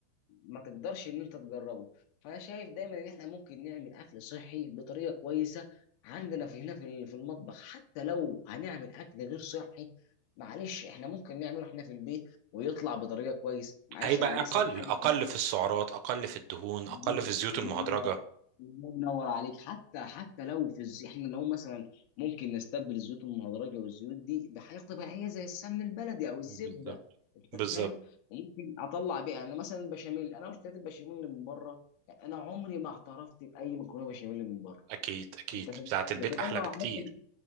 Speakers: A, on the left (about 75°); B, on the right (about 80°).
A: ما تقدرش ان انت تجربه فانا شايف دايما ان احنا ممكن نعمل اكل صحي بطريقه كويسه عندنا في هنا في ال- في المطبخ حتى لو هنعمل اكل غير صحي معلش احنا ممكن نعمله احنا في البيت ويطلع بطريقه كويسه معلش
B: هيبقى
A: يعني مثلا
B: اقل
A: حاجه
B: اقل في السعرات اقل في الدهون اقل
A: الله
B: في الزيوت
A: ينور
B: المهدرجه
A: الله ينور عليك حتى حتى لو في الزي... احنا لو مثلا ممكن نستبدل الزيوت المهدرجه والزيوت دي بحاجه طبيعيه زي السمن البلدي او الزبده
B: بالظبط
A: انت
B: بالظبط
A: فاهم وممكن اطلع بيها انا مثلا البشاميل انا اشتريت البشاميل اللي من بره يعني انا عمري ما اعترفت باي مكرونه بشاميل من بره
B: اكيد اكيد
A: انت فاهم
B: بتاعه البيت
A: لكن
B: احلى
A: انا لو
B: بكتير
A: عملت